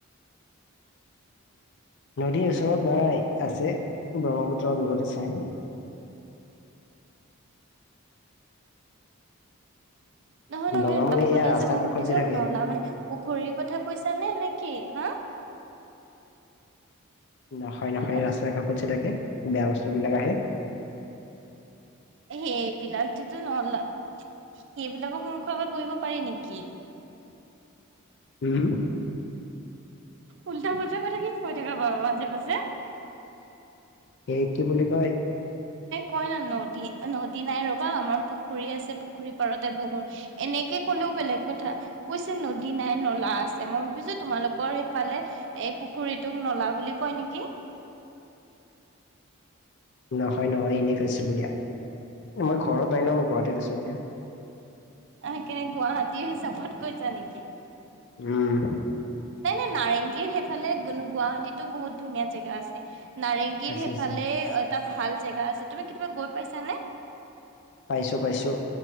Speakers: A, on the left; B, on the right.
A: নদীৰ ওচৰত নাই আছে ব্ৰহ্মপুত্ৰৰ দূৰত আছে।
B: নহয় ন
A: নলা
B: মানে ন কলা
A: এয়া ৰাস্তাৰ
B: যে মই
A: কাষত
B: সোধিছো
A: যে থাকে।
B: নলা মানে ঘড়ীৰ কথা কৈছা নে নে কি হা।
A: নহয় নহয়
B: হেল্ল'
A: ৰাস্তা কাষত যে থাকে বেয়া বস্তু বিলাক আহে।
B: সেইবিলাক তোতো নলা সেইবিলাকৰ মুখৰ আগত বহিব পাৰি নেকি?
A: উম
B: উল্টা পাল্টা কথা কি কৈ থাকা বাৰু মাজে মাজে।
A: সেই কি বুলি কয়।
B: কই ন নদী নদী নাই ৰবা আমাৰ পুখুৰী আছে পুখুৰী পাৰতে বহো এনেকে ক'লেও বেলেগ কথা কৈছে নদী নাই নলা আছে মই ভাবিছো তোমালোকৰ সেইফালে এই পুখুৰী সেই তুক নলা বুলি কয় নেকি?
A: নহয় নহয় এনে কৈছিলো দিয়া মই ঘৰত নাই ন গুৱাহাটীত আছো এতিয়া
B: আহি কেনে গুৱাহাটীৰ হিচাপৰ্ট কৈছা নেকি
A: উম
B: এনে নাৰেংগীৰ সেইফালে গুৱাহাটীতো বহুত ধুনীয়া জেগা আছে। নাৰেংগীৰ
A: আছে
B: সেইফালে
A: আছে
B: এটা ভাল জেগা আছে তুমি কেতিয়াবা গৈ পাইছানে?
A: পাইছো পাইছো